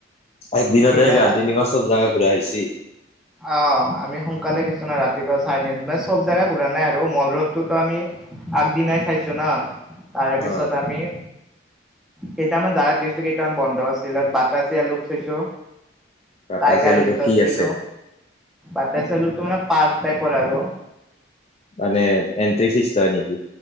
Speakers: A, on the left (about 35°); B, in the centre.
A: একদিনতে
B: সেইদিনা
A: দাৰ্জিলিঙৰ চল জাগা ঘুৰা হৈছি
B: অ আমি সোনকালে কিছুমান ৰাতিপুৱা চাৰিদিন মানে চব জোগা ঘুৰা নাই আৰু মল ৰোদটোতো আমি আগদিনাই চাইছো ন তাৰে পিছত
A: অ
B: আমি কেইটামান জাগাত গৈছিলো কেইটামান বন্ধ আছিল বাতাছেয়া লোপ চাইছো
A: টাটা
B: টাইগাৰ
A: চিয়াৰ লগত
B: হিলছত
A: কি আছে
B: গলো বাটে চলো তো মানে পাৰ্ক টাইপৰ আৰু
A: মানে এণ্টি ফিচ লয় নেকি